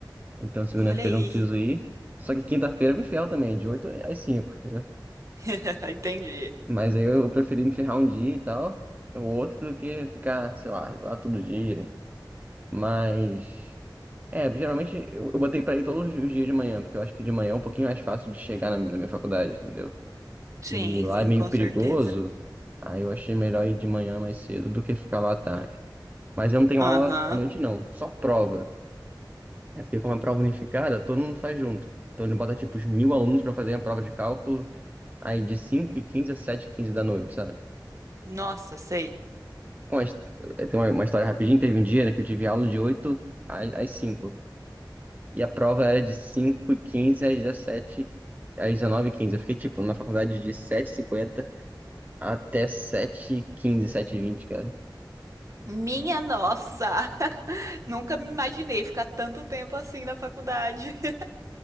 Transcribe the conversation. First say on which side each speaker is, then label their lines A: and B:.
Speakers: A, on the right; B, on the right.
A: Então, segunda-feira
B: Olha aí.
A: eu não preciso ir. Só que quinta-feira eu me ferro também, de 8 às cinco. né?
B: <laughs> Entendi.
A: Mas aí eu preferi me ferrar um dia e tal, ou outro, do que ficar, sei lá, lá todo dia. Mas, é, geralmente eu, eu botei pra ir todos os dias de manhã, porque eu acho que de manhã é um pouquinho mais fácil de chegar na, na minha faculdade, entendeu?
B: Sim,
A: E lá
B: sim,
A: é meio
B: com
A: perigoso,
B: certeza.
A: aí eu achei melhor ir de manhã mais cedo do que ficar lá à tarde. Mas eu não tenho
B: Aham.
A: aula à noite, não. Só prova. É porque como é prova unificada, todo mundo faz junto. Então ele bota, tipo, os mil alunos pra fazer a prova de cálculo, aí de cinco e quinze a sete h 15 da noite, sabe?
B: Nossa, sei.
A: Bom, mas, eh, tem uma, uma história rapidinha. Teve um dia, né, que eu tive aula de 8 às, às 5. E a prova era de cinco e quinze às 17, às 19 h quinze Eu fiquei, tipo, na faculdade de sete h 50 até sete h 15 7h20, cara.
B: Minha nossa! <laughs> Nunca me imaginei ficar tanto tempo assim na faculdade. <laughs>